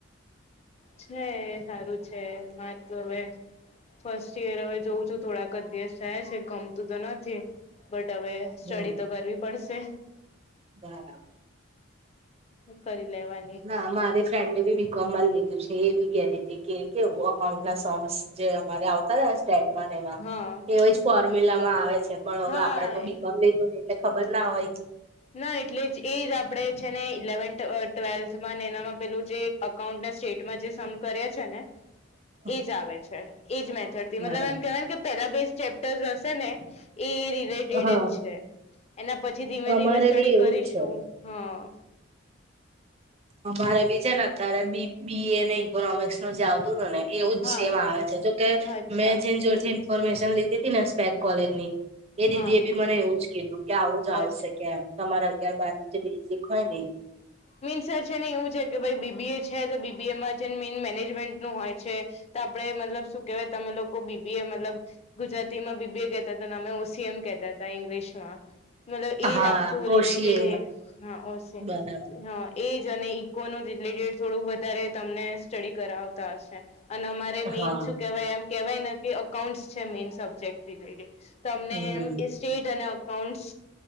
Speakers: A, on the left; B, on the right.
A: છે એ સારું છે. હા તો હવે. ફર્સ્ટ ઈયર હવે જોઉં છું થોડાક જ દિવસ થયા છે, ગમતું તો નથી. બટ હવે સ્ટડી
B: હમ
A: તો કરવી પડશે.
B: <inaudible>
A: કરી લેવાની.
B: હા. મારી ફ્રેન્ડે બી બી કોમ મા લીધું છે. એ બી કહેતી તી, કે કેવું અકાઉન્ટ ના શમ્સ જે અમારે આવતા <unintelligible> ટેટમા ને એમાં.
A: હા
B: એવી જ ફોર્મ્યુલામાં આવે છે, પણ હવે
A: હા
B: આપણે તો બી કોમ લી ધું ને એટલે ખબર ના હોય
A: ના એટલે જ, એ જ. આપણે છે ને ઇલેવન ટ ટ્વેલ્થમાં ને એનામાં પહેલું જે અક કાઉન્ટ ને સ્ટેટમાં જે સમ કર્યા છે ને
B: <inaudible>
A: એજ આવે છે. એજ મેથડ થી.
B: બરા
A: મતલબ એમ કહેવાય ને કે પેરાબેઝ ચેપ્ટર્ઝ હશે ને એ રીત
B: હા
A: <unintelligible> છે. એના પછી ધીમે-ધીમે
B: અમારે
A: સ્ટડી
B: બી એવું
A: કરીશું.
B: જ છે
A: હા.
B: અમારે બી છે ને અત્યારે બી બી એ ને ઈકોનોમિક્સ નું જે આવતું તું ને એવું જ
A: હા
B: સેમ આવે છે. જોકે
A: અચ્છા
B: મેં જેન જોડથી ઇન્ફોર્મેશન લીધી તી ના સ્પેક કોલેજની એ દીદી
A: હા
B: એ બી મને એવું જ કીધું, કે આવું જ
A: અચ્છા
B: આવશે કે એમ. તમારા અગિયાર બાર નું જે બેજીક હોય ને ઈ.
A: મીન્સર છે ને એ જ હોય કે ભઈ બી બી એ છે તો બી બી એ માં <unintelligible> મેન મેનેજમેન્ટ નું હોય છે. તો આપણે મતલબ શું કહેવાય તમે લોકો બી બી એ મતલબ ગુજરાતી માં બી બી એ કહેતા તા, ને અમે ઓસ સી એમ કહેતા તા ઈંગ્લીશમાં. મતલબ ઈજ
B: હા
A: આખું
B: ઓછી
A: રિલેટેડ હે. હા ઓ સી
B: બરાબર
A: હા એજ. અને ઈકોનું જ રિલેટેડ થોડુંક વધારે તમને સ્ટડી કરાવતા હશે. અને અમારે મેઈન
B: હા
A: શું કહેવાય એમ કહેવાય ને કે અકાઉન્ટ્સ છે મેઈન સબ્જેક્ટ <unintelligible> તમને
B: હમ
A: એમ <unintelligible> સ્ટેટ અને અકાઉન્ટ્સ